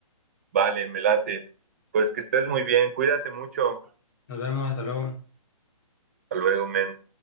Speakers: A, on the right (about 25°); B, on the left (about 40°).
A: Vale, me late. Pues que estés muy bien, cuídate mucho.
B: Nos vemos, hasta luego.
A: Hasta luego, men.